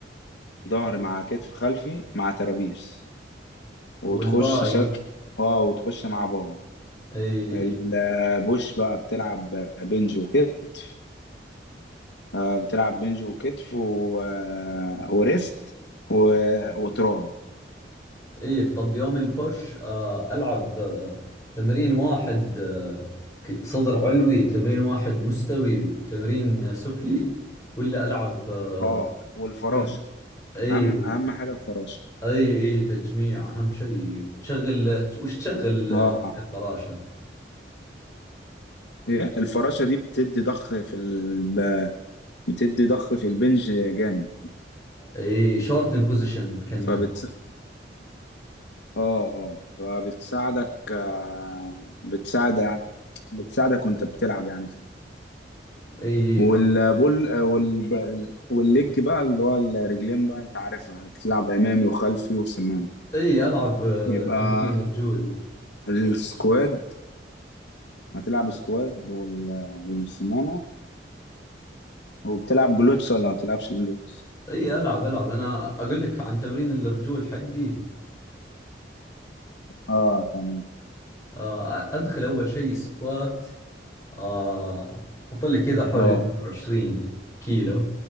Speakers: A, on the left; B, on the left.
A: ظهر مع كتف خلفي مع ترابيس
B: والبوش
A: وتخش
B: والباي
A: شل... اه وتخش مع باي
B: اي
A: البوش
B: اي
A: بقى بتلعب بنج وكتف آه، بتلعب بنج وكتف و... آه، وريست و... وتراي
B: اي طب يوم البوش آه العب آه تمرين واحد آه ك- صدر علوي تمرين واحد مستوي وتمرين آه، سفلي ولا العب آه
A: اه والفراشه
B: كل اي
A: اهم
B: وال-
A: اهم حاجه الفراشه
B: اي اي تجميع اهم شيء تشغل وش تشغل
A: اه
B: تمرين الفراشة
A: إيه؟ الفراشه دي بتدي ضخ في ال... بتدي ضخ في البنج جامد
B: اي شورت ان بوزيشن كنا
A: فبت اه اه فبتساعدك آه، بتساعد بتساعدك وانت بتلعب يعني فيه.
B: اي
A: والبول آه، وال... والليج بقى اللي هو الرجلين بقى انت عارفها هتلعب امامي وخلفي وسماني
B: اي العب آه،
A: يبقى
B: تمرين رجول
A: السكواد هتلعب سكواد وال- والسمانة وبتلعب جلوتس ولا ما بتلعبش جلوتس
B: اي العب العب انا اقول لك عن تمرين الرجول حقي
A: اه تمام
B: آه، ادخل اول شيء سكوات آه، احط لي كذا حول
A: اه
B: ال 120 كيلو